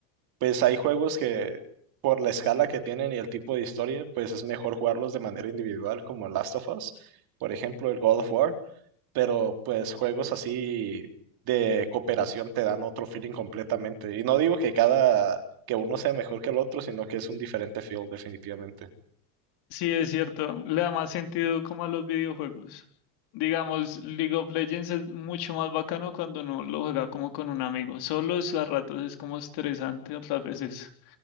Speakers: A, on the right; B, on the left.
A: Pues hay juegos que por la escala que tienen y el tipo de historia, pues es mejor jugarlos de manera individual, como Last of Us, por ejemplo, el God of War, pero pues juegos así de cooperación te dan otro feeling completamente. Y no digo que cada, que uno sea mejor que el otro, sino que es un diferente feel definitivamente.
B: Sí, es cierto, le da más sentido como a los videojuegos. Digamos, League of Legends es mucho más bacano cuando uno lo juega como con un amigo. Solo es a ratos es como estresante, otras veces